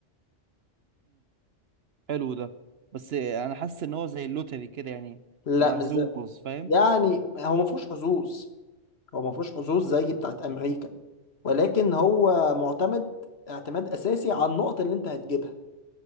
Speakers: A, on the right (about 60°); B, on the left (about 60°).
A: حلو ده بس انا حاسس ان هو زي اللوتري كده يعني
B: لا
A: تبقى
B: مش
A: حظوظ
B: زي-
A: فاهم
B: يعني هو ما فيهوش حظوظ هو ما فيهوش حظوظ زي بتاعت امريكا ولكن هو معتمد اعتماد اساسي على النقط اللي انت هتجيبها